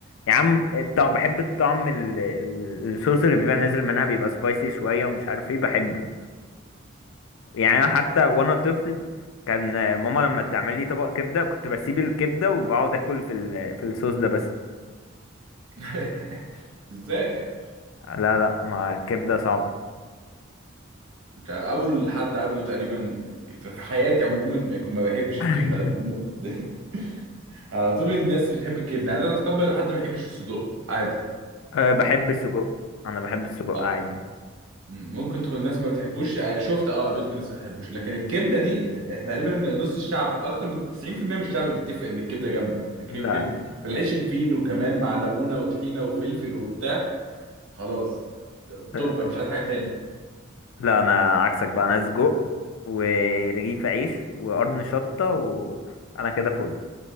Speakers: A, on the left; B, on the right.
A: يا عم الطعم بحب الطعم ال... ال- الصوص اللي بيبقى نازل منها بيبقى سبايسي شوية ومش عارف ايه بحبه يعني أنا حتى وانا طفل كان ماما لما تعمل لي طبق كبدة كنت بسيب الكبدة وبقعد اكل في ال... في الصوص ده بس
B: <laughs> ازاي
A: لا لا ما الكبدة صعبة
B: كان اول حد قابله تقريبا في في حياتي عموما يكون ما بيحبش
A: <laughs>
B: الكبده الم- <laughs> على طول الناس بتحب الكبده يعني انا اتقبل إن حد ما يحبش الصدوق عادي
A: أه بحب السجق انا بحب السجق
B: اه
A: عادي
B: ممكن تكون الناس ما بتحبوش آه، شفت اه قابلت ناس ما بتحبوش لكن الكبده دي ت- تقريبا نص الشعب اكتر من 90% من الشعب بيتفق ان الكبده جامده كده
A: لا
B: كده. في العيش الفين وكمان مع ليمونه وطحينه وفلفل وبتاع خلاص ت-
A: أه
B: توب انا مش عايز حاجه تاني
A: لا انا عكسك بقى انا سجق ورغيف عيش وقرن شطة وانا كده فل